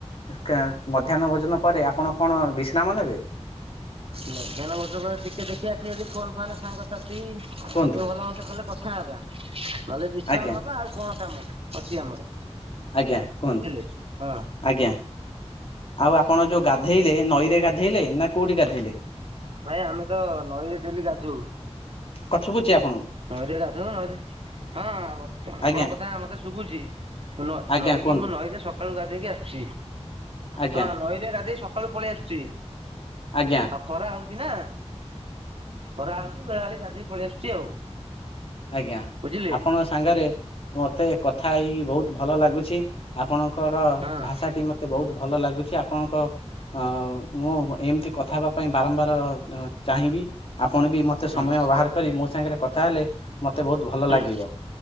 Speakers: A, on the left (about 55°); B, on the right (about 55°).
A: କାଁ ମଧ୍ୟାହ୍ନ ଭୋଜନ ପରେ ଆପଣ କଣ ବିଶ୍ରାମ ନେବେ।
B: ମଧ୍ୟାନ ଭୋଜନ ପରେ ଟିକେ ଦେଖି ଆସିବ ଯଦି ଫୋନ ଫାନ ସାଙ୍ଗସାଥି
A: କୁହନ୍ତୁ
B: ଭଲ ହୁଅନ୍ତ କଲେ। କଥା ହେବା ନହେଲେ ବିଶ୍ରାମ
A: ଆଜ୍ଞା
B: ନବା ଆଉ କଣ କାମ ଅଛି ଆମର।
A: ଆଜ୍ଞା କୁହନ୍ତୁ
B: ବୁଝିଲେ ହଁ
A: ଆଜ୍ଞା ଆଉ ଆପଣ ଯୋଉ ଗା ଗାଧେଇଲେ ନଈରେ ଗାଧେଇଲେ ନା କୋଉଠି ଗାଧୋଇଲେ?
B: ଭାଇ ଆମେ ତ ନଈରେ ଡେଲି ଗାଧଉ।
A: କଣ ସୁଭୁଛି ଆପଣଙ୍କୁ।
B: ନଈ ରେ ଗାଧୁଅ ନଈରେ ହଁ ମତ ଆପଣଙ୍କ
A: ଆଜ୍ଞା
B: କଥା ମତେ ଶୁବୁଚି। ନ
A: ଆଜ୍ଞା
B: ନଈକି
A: କୁହନ୍ତୁ
B: ମୁଁ ନଈରେ ସକାଳୁ ଗାଧେଇକି ଆସିଛି।
A: ଆଜ୍ଞା
B: ହଁ ନଈଲେ ଗାଧେଇକି ସକାଳୁ ପଳେଇ ଆସିଛି।
A: ଆଜ୍ଞା।
B: ଆଉ ଖରା ହଉଛି ନା ଖରା ହଉଛି ବେଳାବେଳି ଗାଧୋଇକି ପଳେଇ ଆସୁଛି ଆଉ।
A: ଆଜ୍ଞା।
B: ବୁଝିଲେ
A: ଆପଣଙ୍କ ସାଙ୍ଗରେ ମୋତେ କଥା ହେଇ ବହୁତ ଭଲ ଲାଗୁଛି ଆପଣଙ୍କ ଙ୍କର
B: ହଁ
A: ଭାଷା ଟି ମତେ ବହୁତ ଭଲ ଲାଗୁଛି ଆପଣଙ୍କ ଅ ମୁଁ ଏମିତି କଥା ହେବା ପାଇଁ ବାରମ୍ବାର ଚାହିଁବି। ଆପଣ ବି ମୋତେ
B: ହୁଁ
A: ସମୟ ବାହାର କରି ମୋ ସାଙ୍ଗରେ କଥା ହେଲେ ମତେ ବହୁତ ଭଲ
B: ହୁଁ
A: ଲାଗିବ,